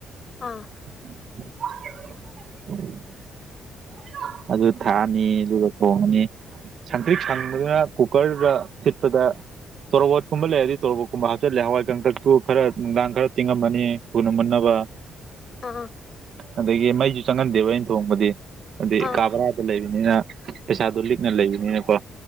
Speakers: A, on the left; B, on the right.
A: ꯑꯥ
B: <unintelligible> ꯑꯗꯨ ꯊꯥꯛꯑꯅꯤ ꯑꯗꯨꯒ ꯊꯣꯡꯉꯅꯤ ꯁꯪꯇ꯭ꯔꯤꯛ ꯁꯪꯕꯗꯨꯅ ꯀꯨꯀꯔꯗ ꯊꯤꯠꯄꯗ ꯇꯣꯔꯕꯣꯠꯀꯨꯝꯕ ꯂꯩꯔꯗꯤ ꯇꯣꯔꯣꯠꯀꯨꯝꯕ ꯍꯥꯞꯆꯜꯂꯦ ꯍꯋꯥꯏꯀꯪꯇꯛ <unintelligible> ꯈꯔ ꯅꯨꯡꯗꯥꯡ ꯈꯔ ꯇꯤꯡꯉꯝꯃꯅꯤ ꯊꯨꯅ ꯃꯨꯟꯅꯕ
A: ꯑꯥ
B: ꯑꯗꯒꯤ ꯃꯩꯁꯨ ꯆꯪꯍꯟꯗꯦꯕ ꯑꯩꯅ ꯊꯣꯡꯕꯗꯤ ꯑꯗꯤ
A: ꯑꯥ
B: ꯀꯥ ꯕꯔꯥꯗ ꯂꯩꯕꯅꯤꯅ ꯄꯩꯁꯥꯗꯣ ꯂꯤꯛꯅ ꯂꯩꯕꯅꯤꯅꯀꯣ